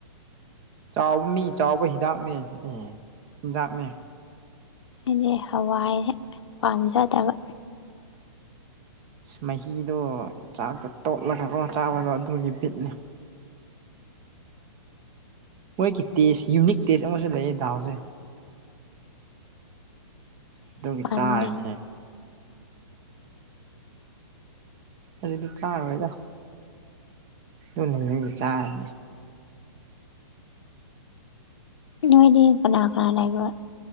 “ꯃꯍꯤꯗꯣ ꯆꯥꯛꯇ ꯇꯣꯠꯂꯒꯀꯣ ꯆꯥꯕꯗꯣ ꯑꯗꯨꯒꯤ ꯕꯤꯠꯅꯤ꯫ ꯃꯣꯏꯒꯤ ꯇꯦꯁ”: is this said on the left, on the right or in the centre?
Right